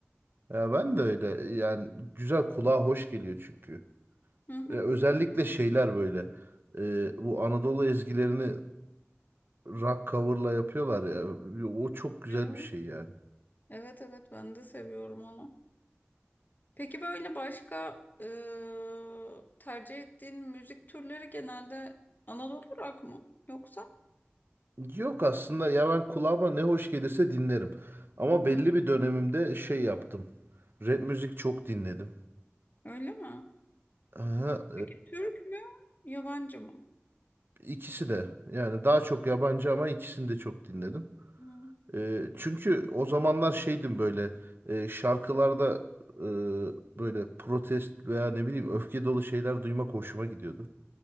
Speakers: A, on the right (about 55°); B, on the left (about 45°).
A: Ya ben de öyle. Yani güzel kulağa hoş geliyor çünkü.
B: Hı hı.
A: E, özellikle şeyler böyle. e, bu Anadolu ezgilerini rock cover'la yapıyorlar ya. O çok güzel
B: Evet.
A: bir şey yani.
B: Evet evet ben de seviyorum onu. Peki böyle başka e, tercih ettiğin müzik türleri genelde Anadolu rock mı? Yoksa?
A: Yok aslında ya ben kulağıma ne hoş gelirse dinlerim. Ama
B: Hı.
A: belli bir dönemimde şey yaptım. Rap müzik çok dinledim.
B: Öyle mi?
A: Aha,
B: Peki Türk mü? Yabancı mı?
A: e, ikisi de yani daha çok yabancı ama ikisini de çok dinledim.
B: Hı.
A: E, çünkü o zamanlar şeydim böyle e, şarkılarda e, böyle protest veya ne bileyim öfke dolu şeyler duymak hoşuma gidiyordu.